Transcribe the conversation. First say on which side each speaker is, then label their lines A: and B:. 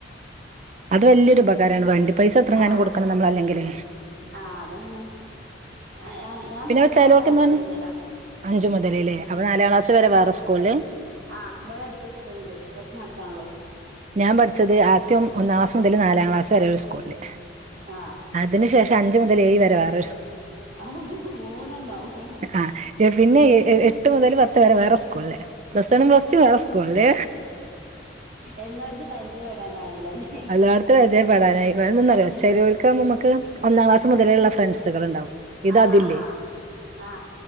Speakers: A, on the right (about 40°); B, on the right (about 60°).
A: അത് വലിയൊരു ഉപകാരമാണ് വണ്ടി പൈസ എത്രങ്ങാനും
B: ആ
A: കൊടുക്കണം നമ്മൾ അല്ലെങ്കിലേ
B: ആ അതന്നെ ആ, ഞാൻ- ഞാൻ
A: പിന്നെ
B: പഠിച്ച
A: വച്ചാലോർക്കന്ന്
B: അവിടെ അഞ്ചു
A: പറഞ്ഞ
B: മുതലാ
A: അഞ്ചു മുതലേല്ലേ അപ്പൊ നാലാം ക്ലാസ് വരെ വേറെ സ്കൂളില്
B: ആഹ് ഇവിടെ അടുത്ത സ്കൂള ഉണ്ട് കുറച്ച് നടക്കാനല്ലോ
A: ഞാൻ പഠിച്ചത് ആദ്യം ഒന്നാം ക്ലാസ് മുതൽ നാലാം ക്ലാസ് വരെ ഒരു സ്കൂളില്
B: ആഹ്
A: അതിനു ശേഷം അഞ്ച് മുതൽ ഏഴ് വരെ വേറ
B: ഔ മൂന്നെണ്ണം
A: ആഹ് പിന്നെ എട്ട് മുതൽ പത്ത് വരെ വേറെ സ്കൂളില് പ്ലസ് വണും പ്ലസ് ടു വേറെ സ്കൂളില്
B: എല്ലായിടത്തും പരിചയപ്പെടാനായല്ലോ അല്ലേ
A: എല്ലായിടത്തും വയ പടാനായിന്നറിയോ
B: ഉം
A: ചെരിയൊൽക്ക നമുക്ക് ഒന്നാം ക്ലാസ് മുതലേള്ള ഫ്രണ്ട്സുകളൾണ്ടാവും ഇത്
B: ആ
A: അതില്ലേ
B: ആ ആ ആ